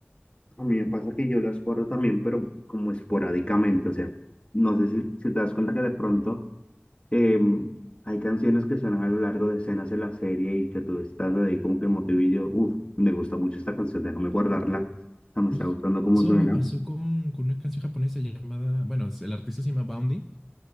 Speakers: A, on the left; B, in the centre.
A: A mí me pasa que yo las guardo también, pero como esporádicamente, o sea, no sé si, si te das cuenta que de pronto em, hay canciones que suenan a lo largo de escenas de la serie y que tú estás ahí como que motivillo, uff, me gusta mucho esta canción, déjame guardarla, o sea, me está
B: Sí,
A: gustando
B: me
A: cómo
B: pasó,
A: suena.
B: me pasó con, con una canción japonesa llamada, bueno, el artista se llama Boundy